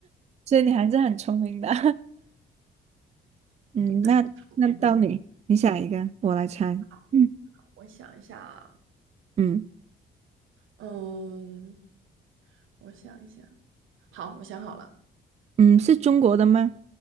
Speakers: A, on the right (about 35°); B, on the right (about 80°).
A: 所以你还是很聪明的。<laughs>
B: <laughs>
A: 嗯，
B: 很不错，
A: 那那到你，
B: 很不错。
A: 你想一个，我来猜。
B: 好，
A: 嗯
B: 我想一下啊，
A: 嗯
B: 嗯，我想一下，好，我想好了，
A: 嗯，是中国的吗？